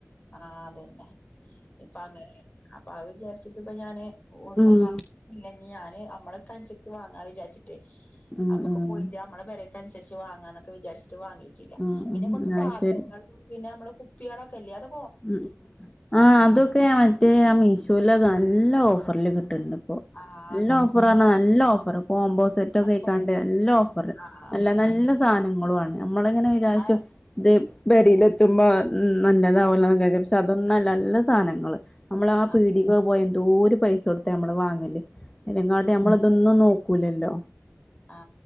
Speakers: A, on the left (about 35°); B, on the left (about 15°).
A: ആ അതന്നെ ഇപ്പ അങ്ങനെ അപ്പൊ അത് വിചാരിച്ചിട്ട് ഇപ്പ ഞാന് ഒന്നും
B: ഉം
A: വങ്ങില്ല ഇനി ഞാന് നമ്മളൊക്കെന്സരിച്ച് വാങ്ങാ വിചാ രിച്ച്
B: ഉം
A: നമക്ക്
B: ഉം
A: പോയിട്ട് നമ്മളെ പെരേക്കന്സരിച്ച് വാങ്ങാന്നൊക്കെ വിചാ രിച്ച് വാങ്ങീയിട്ടില്ല
B: ഉം
A: പിന്നെ
B: ഉം
A: കൊറച്ച് പാത്രങ്ങൾ
B: അത് ശരി
A: പിന്നെമ്മളെ കുപ്പിയാളോക്കെല്ലേ അതോ
B: മ്മ് മ്മ് ആ അതൊക്കെ മറ്റേ മീഷോല് നല്ല ഓഫറ്ല് കിട്ട്ണ്ട് പ്പോ
A: ആഹ്
B: നല്ല
A: അങ്ങനത്തെ
B: ഓഫറാണ് നല്ല ഓഫർ കോംബോ സെറ്റൊക്കെ
A: അതുപോലെ
B: ആയിക്കാണ്ട് നല്ല ഓഫർ
A: ആഹ്
B: നല്ല നല്ല സാധനങ്ങളും ആണ് നമ്മളിങ്ങനെ വിചാരിച്ചു
A: ആഹ്
B: ഇത് പേരീല്ലെത്തുമ്പോ നല്ലതാവോ <unintelligible> പക്ഷെ അതൊന്നുല്ല നല്ല സാധനങ്ങള് നമ്മള് ആ
A: ആഹ്
B: പീടീകൊക്കെ പോയ ന്തോര് പൈസോട്ത്താ നമ്മള് വാങ്ങല് ആയിനെക്കാട്ടി നമ്മള് ഇതൊന്നും നോക്കൂലല്ലോ
A: ആ